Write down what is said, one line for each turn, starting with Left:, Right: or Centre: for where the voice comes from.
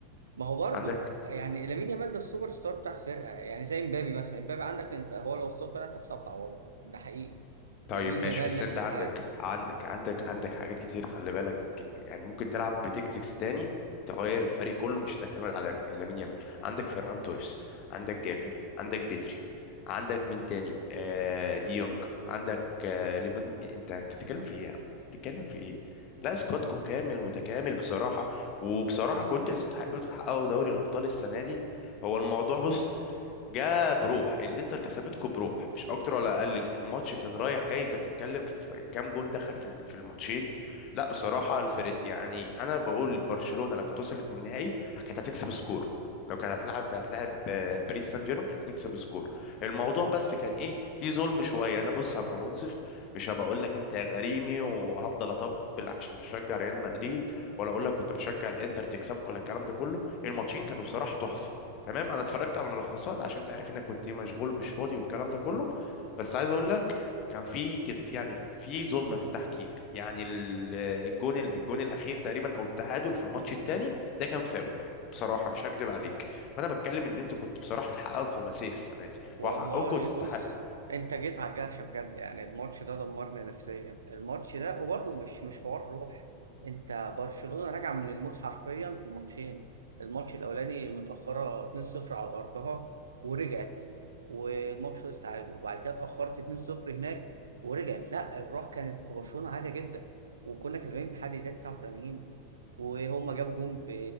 Right: ما هو برضه
Left: عندك
Right: يعني لامين يامال ده السوبر ستار بتاع الفرقه يعني زي امبابي مثلا امبابي عندك انت هو لو اتصاب فرقه انت مش هتعرف تعوضه ده حقيقي
Left: طيب
Right: لامين
Left: ماشي
Right: يامال
Left: بس
Right: نفس
Left: انت
Right: الحال
Left: عندك عندك عندك عندك حاجات كتير خلي بالك يعني ممكن تلعب بتكتكس تاني تغير الفريق كله مش تعتمد على لامي- لامين يامال عندك فيران توريس عندك جافي عندك بدري عندك مين تاني آه دي يونج عندك آه ليفن انت انت بتتكلم في ايه يا عم بتتكلم في ايه لا سكوادكم كامل متكامل بصراحة وبصراحة كنت تستحقوا تحققوا دوري الأبطال السنة دي هو الموضوع بص جاء بروح الانتر كسبتكم بروح مش اكتر ولا اقل في الماتش كان رايح جاي انت بتتكلم في في كام جون دخل في ال- في الماتشين لا بصراحه الفرق يعني انا بقول برشلونه لو كانت وصلت للنهائي كانت هتكسب سكور لو كانت هتلعب هتلعب آه، باريس سان جيرمان كانت هتكسب سكور الموضوع بس كان ايه في ظلم شويه انا بص هبقى منصف مش هبقى اقول لك انت غريمي وهفضل اطبل عشان بشجع ريال مدريد ولا اقول لك كنت بشجع الانتر تكسبك ولا الكلام ده كله الماتشين كانوا بصراحه تحفه تمام انا اتفرجت على ملخصات عشان تعرف انك كنت ايه مشغول ومش فاضي والكلام ده كله بس عايز اقول لك كان في كان في يعني في ظلم في التحكيم يعني ال- الجون الجون الاخير تقريبا او التعادل في الماتش الثاني ده كان فاول بصراحه مش هكدب عليك فانا بتكلم ان انتوا كنتوا بصراحه تحققوا الخماسيه السنه دي
Right: والله
Left: وحقكم وتستحقوا
Right: بص انت جيت على الجرح بجد يعني الماتش ده دمرني نفسيا الماتش ده وبرضه مش مش حوار روح انت برشلونة راجعة من الموت حرفيا في الماتشين الماتش الاولاني متأخرة 2-0 على ارضها ورجعت والماتش خلص تعادل وبعد كده اتأخرت 2-0 هناك ورجعت لا الروح كانت في برشلونة عالية جدا وكنا كسبانين لحد الدقيقة 89 وهم جابوا جون ب...